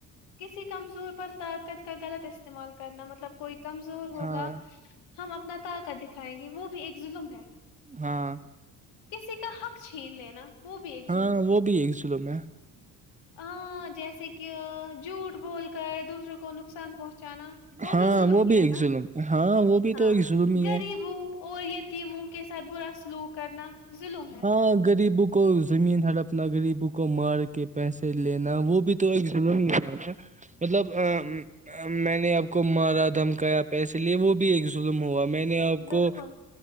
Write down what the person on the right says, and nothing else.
ہاں
ہاں
ہاں وہ بھی ایک ظلم میں
ہاں
بھی
ایک
ظلم ہاں وہ بھی
تو ایک ظلم ہی
ہے
ہاں غریب کو زمین ہر اپنا غریبوں کو مار کے پیسے لینا وہ بھی تو ایک ظلم ہی ہوا تھا مطلب میں ما نے آپ کو مارا دھمکایا پیسے لے وہ بھی ایک ظلم ہوا میں نے آپ
کو